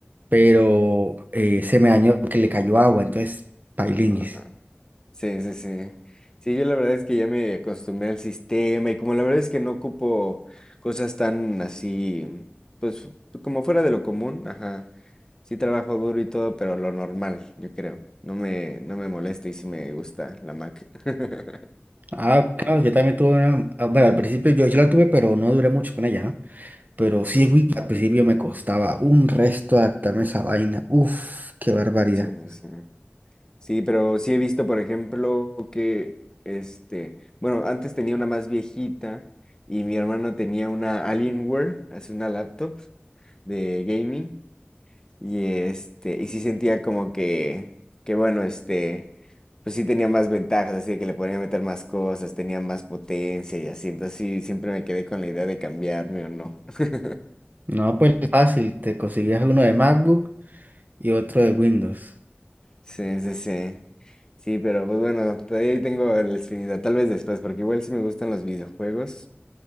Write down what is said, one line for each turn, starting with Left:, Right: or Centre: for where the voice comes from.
Right: pero eh, se me dañó que le cayó agua, entonces pailinguis.
Left: Ajá. Sí, sí, sí. Sí, yo la verdad es que ya me acostumbré al sistema y como la verdad es que no ocupo cosas tan así, pues como fuera de lo común, ajá. Sí trabajo duro y todo, pero lo normal, yo creo. No me, no me molesta y sí me gusta la Mac. <laughs>
Right: Ah, claro, yo también tuve una, ah, bueno, al principio yo, yo la tuve, pero no duré mucho con ella, ¿no? Pero
Left: Sí,
Right: sí,
Left: sí,
Right: güey, al principio me costaba un resto adaptarme a esa vaina. Uf, qué barbaridad.
Left: sí, sí, sí. Sí, pero sí he visto, por ejemplo, que este, bueno, antes tenía una más viejita y mi hermano tenía una Alienware, hace una laptop de gaming. Y este, y sí sentía como que, que bueno, este, pues sí tenía más ventajas, así de que le podía meter más cosas, tenía más potencia y así. Entonces sí, siempre me quedé con la idea de cambiarme o no. <laughs>
Right: No, pues fácil, te conseguías uno de MacBook y otro de Windows.
Left: Sí, sí, sí. Sí, pero pues bueno, todavía ahí tengo la espinita, tal vez después, porque igual si me gustan los videojuegos,